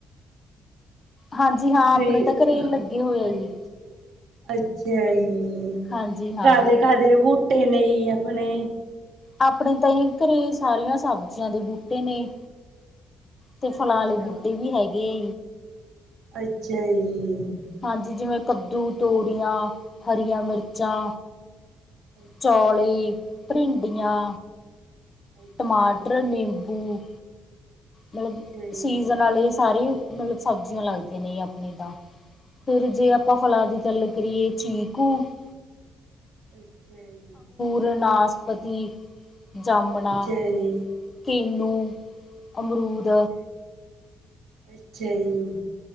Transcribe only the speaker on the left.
ਹਾਂਜੀ ਹਾਂ ਆਪਣੇ
ਤਾਂ ਘਰੇ
ਲੱਗੇ ਹੋਏ
ਆ ਜੀ
ਹਾਂਜੀ ਹਾਂ
ਆਪਣੇ ਹੀ ਘਰੇ ਸਾਰੀਆਂ ਸਬਜ਼ੀਆਂ ਦੇ ਬੂਟੇ ਨੇ। ਟਿਫਨ
ਵਾਲੇ ਬੂਟੇ ਵੀ ਹੈਗੇ ਆ।
ਹਾਂਜੀ ਜਿਵੇਂ ਕੱਦੂ ਤੋਰੀਆਂ ਹਰੀਆਂ ਮਿਰਚਾਂ
ਚੋਲੀ
ਭਿੰਡੀਆਂ
ਟਮਾਟਰ
ਨਿੰਬੂ ਨਾਲੇ
ਸੀਜ਼ਨ ਵਾਲੇ ਸਾਰੇ। ਨਾਲੇ ਸਬਜ਼ੀਆਂ ਲੱਗਦੀਆਂ ਨੇ ਆਪਣੇ ਤਾਂ ਫਿਰ ਜੇ ਆਪਾਂ ਫਲਾਂ ਦੀ ਗੱਲ ਕਰੀਏ ਚੀ <unintelligible>
ਵਨਾਸਪਤੀ ਜਾ
ਨਾ
ਕਿੰਨੂ, ਅਮਰੂਦ